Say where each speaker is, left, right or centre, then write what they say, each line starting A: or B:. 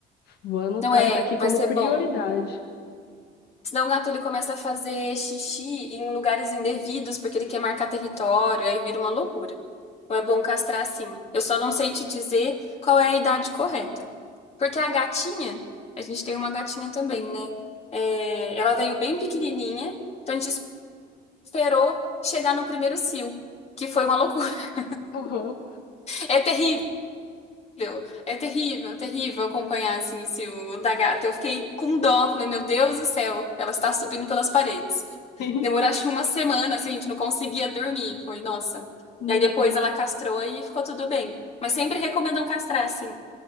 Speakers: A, on the left; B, on the left.
A: Vou anotar
B: não é,
A: isso aqui como
B: vai ser
A: prioridade.
B: bom. Senão o gato ele começa a fazer xixi em lugares indevidos porque ele quer marcar território, aí vira uma loucura. Então é bom castrar sim. Eu só não sei te dizer qual é a idade correta. Porque a gatinha, a gente tem uma gatinha também, né? É, ela veio bem pequenininha, então a gente esperou chegar no primeiro cio, que foi uma loucura. <laughs>
A: Aham.
B: É terrível terrível, é terrível, é terrível acompanhar assim o ciúme da gata. Eu fiquei com dó, falei, meu Deus do céu, ela está subindo pelas paredes.
A: <laughs>
B: Demorou acho que uma semana, assim, a gente não conseguia dormir. Foi, nossa.
A: Meu
B: Daí depois
A: Deus.
B: ela castrou e ficou tudo bem. Mas sempre recomendam castrar, assim.